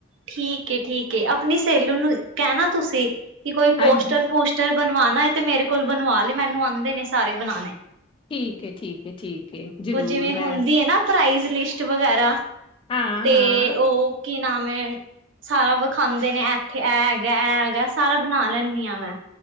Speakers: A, on the right (about 70°); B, on the left (about 25°).
A: ਠੀਕ ਏ- ਠੀਕ ਏ, ਆਪਣੀ ਸਹੇਲੀ ਨੂੰ ਕੈਣਾ ਤੁਸੀਂ, ਕਿ ਕੋਈ
B: ਹਾਂਜੀ
A: ਪੋਸਟਰ- ਪੂਸਟਰ ਟਰ, ਬਣਵਾਂਨਾ ਏ ਤੇ। ਮੇਰੇ ਕੋਲ ਬਣਵਾ ਲੇ ਮੈਨੂੰ ਆਂਦੇ ਨੇ ਸਾਰੇ ਬਣਾਣੇ।
B: ਠੀਕ ਏ- ਠੀਕ ਏ, ਠੀਕ ਏ ਜਰੂਰ
A: ਉਹ ਜਿਵੇਂ ਹੁੰਦੀ
B: ਮੈਂ
A: ਏ ਨਾ ਪ੍ਰਾਈਜ਼ ਲਿਸਟ ਵਗੈਰਾ,
B: ਹਾਂ-ਹਾਂ
A: ਤੇ ਓ ਕੀ ਨਾਮ ਏ ਸਾਰਾ ਵਿਖਾਂਦੇ ਨੇ, ਐਥੇ ਐ ਹੈਗਾ, ਐ ਹੈਗਾ। ਸਾਰਾ ਬਣਾ ਲੈਂਨੀ ਆ ਮੈਂ।